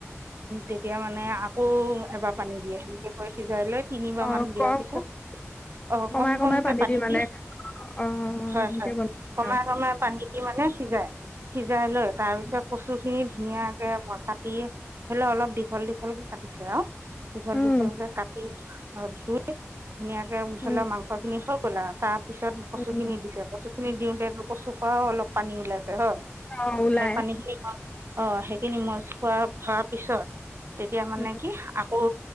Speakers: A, on the right; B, on the left.
A: তেতিয়া মানে আকৌ এবাৰ পানী দিয়ে। সেনেকৈ সিজাই লৈ তিনিবাৰ
B: অ
A: মান দিয়াৰ
B: কম
A: পিছত
B: ক-
A: অ'
B: কমাই
A: কম-কমকে
B: কমাই
A: পানী
B: মানে
A: দি
B: অ
A: হয়-হয়
B: সেনেকে বনাইছে
A: কমাই-কমাই
B: আৰু
A: পানীখিনি মানে সিজাই সিজাই লৈ, তাৰপিছত কচু খিনি ধুনীয়াকে কাটি হ'লে অলপ দীঘল দীঘলকে কাটি <unintelligible> দীঘল
B: উম
A: দীঘলকে কাটি ধুই ধুনীয়াকে
B: উম
A: ধৰি লোৱা মাংসখিনি হৈ গল আৰু। তাৰ পিছত কচুখিনি
B: উম
A: দিছে, কচুখিনি দিওঁতে কচুৰ পৰা অলপ পানী ওলাইছে। হয়
B: অ ওলাই
A: সেই পানী খিনি অ সেইখিনি মজ খোৱাৰ- খোৱাৰ পিছত এতিয়া মানে
B: উম
A: কি আকৌ